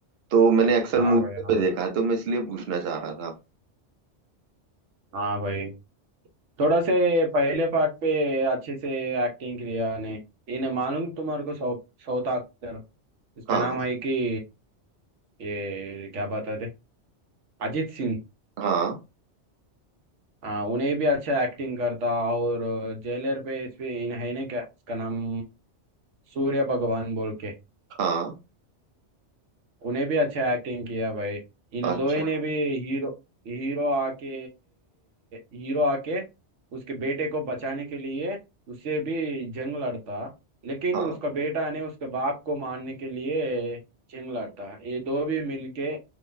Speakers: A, on the right (about 60°); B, on the right (about 85°).
A: तो मैंने अक्सर
B: हाँ
A: मूवी
B: भाई हाँ
A: पे देखा है तो मैं इसलिए पूछना चाह रहा था
B: हाँ भाई थोड़ा से पहले पार्ट पे अच्छे से एक्टिंग किया ने इन्हें मालूम तुम्हारे को साउथ साउथ एक्टर इसका
A: हाँ
B: नाम है कि ये क्या बताते अजीत सिंह
A: हाँ
B: हाँ उन्हें भी अच्छा एक्टिंग करता और जेलर पे इस पे इन है ने क्या इसका नाम सूर्य भगवान बोल के
A: हाँ
B: उन्हें भी अच्छा एक्टिंग किया भाई इन
A: अच्छा
B: दो ने भी हीरो हीरो आके हीरो आके उसके बेटे को बचाने के लिए उससे भी जंग लड़ता लेकिन
A: हाँ
B: उसका बेटा ने उसके बाप को मारने के लिए जंग लड़ता ये दो भी मिलके